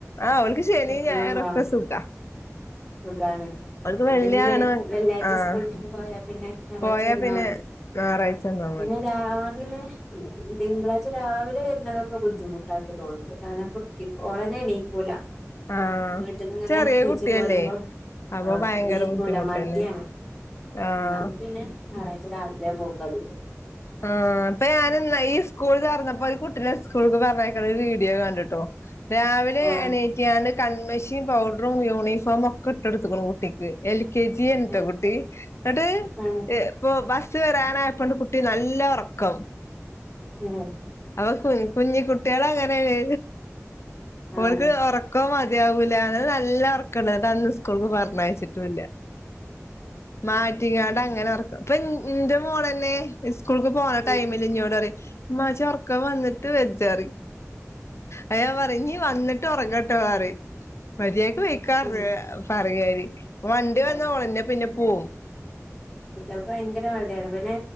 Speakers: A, on the left (about 55°); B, in the centre.
A: ആ ഓൽക്ക് ശെനി
B: എപ്പളും
A: ഞായറൊക്കെ
B: വാ
A: സുഖാ
B: സുഖാണ്
A: ഓൽക്ക്
B: ഓൽകിഞ്ഞി
A: വെള്ളിയാണ്
B: ശെനി വെള്ളിയാഴ്ച
A: ആഹ്
B: സ്കൂൾട്ട് ട്ട് പോയാ പിന്നെ ഞായറാഴയ്ച്ചന്നാ
A: പോയാ പിന്നെ
B: മതി
A: ഞായറാഴ്ച ഉണ്ടാവും
B: പിന്നെ
A: മതി
B: രാവിലെ തിങ്കളാഴ്ച രാവിലെ വരുന്നതൊക്കെ ബുദ്ധിമുട്ടായിട്ട് തോന്ന്ണ്ട് കാരണം കുട്ടി ഓളന്നെ എണീക്കൂല
A: ആഹ്
B: വീട്ടിൽന്ന്ങ്ങനെ
A: ചെറിയ
B: നീച്
A: കുട്ടിയല്ലേ
B: പോരുമ്പോ
A: അപ്പൊ
B: ആ
A: ഭയങ്കര
B: നീക്കൂല
A: ബുദ്ധിമുട്ടന്നെ
B: മടിയാണ്
A: ആഹ്
B: ന്ന്ട്ട് പിന്നെ ഞാറാഴ്ച രാത്രിയാ പോക്കത്
A: ആ ഇപ്പൊ ഞാനെന്ന ഈ സ്കൂള് തൊർന്നപ്പോ ഈ കുട്ടി ട്ടിളെ സ്കൂൾക്ക് പറഞ്ഞയ്ക്കണൊരു വീഡിയോ കണ്ട്ട്ടോ രാവിലെ
B: ആഹ്
A: എണീറ്റ്കാണ്ട് കൺമഷിം പൗഡറും യൂണിഫോമും ഒക്കെ ഇട്ടൊട്ത്ത്ക്ക് കുട്ടിക്ക് എൽ കെ ജി ഏനിട്ടോ
B: ആഹ്
A: കുട്ടി ന്ന്ട്ട്
B: ആഹ്
A: സ്സ് വരാനായപ്പണ്ട് കുട്ടി നല്ല ഒറക്കം
B: ഉം
A: അവ കു കുഞ്ഞി കുട്ട്യാളങ്ങനേണ്
B: ആഹ്
A: ഓൽക്ക് ഒറക്കം മാ മദ്യാവൂല ഓന് നല്ല ഓർക്ക്ണതന്ന് സ്കൂൾക്ക് പറഞ്ഞയ്ച്ചിട്ടുല്ല മാറ്റിക്കാണ്ട് അങ്ങനെ ഒർക്കും ഇപ്പി ഇന്റെ മോളന്നെ സ്കൂൾക്ക് പോണ ടൈമില്
B: ഉം
A: ഇന്നോടറിം ഇമ്മാ ചൊർക്കം വന്നിട്ട് വ അയ്ഞാപറിം ഞ്ഞി വന്ന്ട്ട് ഒറങ്ങട്ടോ മര്യാ ജ് പൊയ്ക്കാർഞ്ഞു
B: ഉം
A: പറിം ഞാൻ വണ്ടി വന്ന
B: ആഹ്
A: ഓളന്നെ പിന്നെ പോകും
B: കുട്ട്യാൾക്ക് ഭയങ്കര മടിയാണ് പിന്നെ